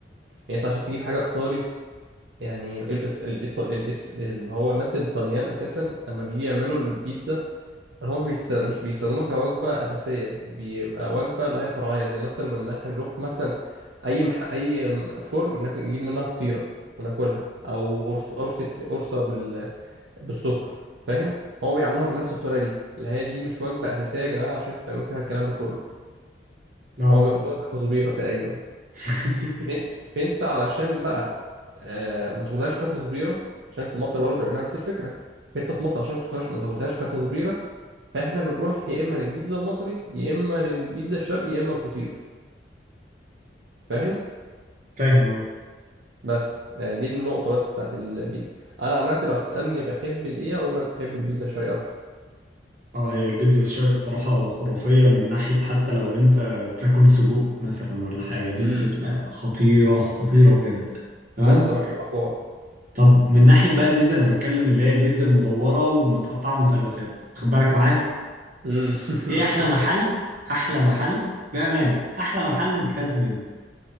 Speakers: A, on the right; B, on the right.
A: يعني أنت عشان تجيب حاجة إيطالي يعني الإيط... الإيط... الإيط... اللي هو الناس الإيطاليان أساسا لما بيجي يعملوا البيتزا هو بيتس- مش بيستخدموها كوجبة أساسية بيبقى وجبة لها فرعية زي مثلا لما احنا نروح مثلا أي مح... أي م- فرن ناخد- نجيب منها فطيرة وناكلها أو قرص قرصة س- قرصة بال... بالسكر فاهم هو بيعملوها بنفس الطريقة دي اللي هي دي مش وجبة أساسية يا جدعان عشان انتوا تعملوا فيها الكلام ده كله
B: أه
A: هو بياخدوها كتصبيرة تقريبا
B: <laughs>
A: فانت فانت علشان بقى آه ما تاخدهاش كتصبيرة عشان في مصر برضه بيعملوها نفس الفكرة فانت في مصر عشان ما تاخدهاش ما تاخدهاش كتصبيرة فاحنا بنروح يا اما للبيتزا المصري يا اما للبيتزا الشرقي يا اما الفطير فاهم
B: فاهم أه
A: بس آه، دي النقطه بس بتاعت البيتزا انا عن نفسي لو هتسالني بحب الايه اقول لك بحب البيتزا الشرقي اكتر
B: أه هي البيتزا الشرقي الصراحة خرافية من ناحية حتى لو أنت بتاكل سجق مثلا ولا حاجة دي
A: امم
B: بتبقى خطيرة خطيرة بجد تمام
A: لا صراحه بتبقى حوار
B: طب من ناحية بقى البيتزا أنا بتكلم اللي هي البيتزا المدورة ومتقطعة مثلثات خد بالك معايا
A: مم. <laughs>
B: إيه أحلى محل أحلى محل بأمانة أحلى محل أنت أكلت منه